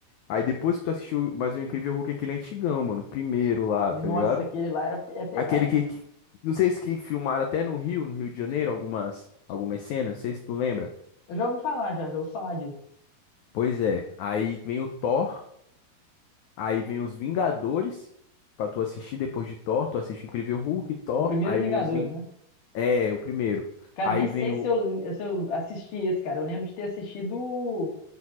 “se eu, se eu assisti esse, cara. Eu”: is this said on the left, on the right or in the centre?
Left